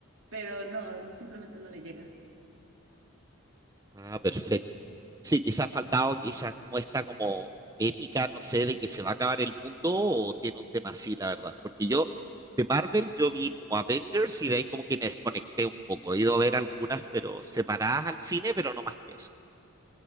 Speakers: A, on the right; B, on the right.
A: pero no, simplemente no le llega.
B: Ah, perfecto. Sí, quizás ha faltado quizás como esta como épica, no sé, de que se va a acabar el mundo o tiene un tema así, la verdad. Porque yo de Marvel yo vi como Avengers y de ahí como que me desconecté un poco. He ido a ver algunas, pero separadas al cine, pero no más que eso.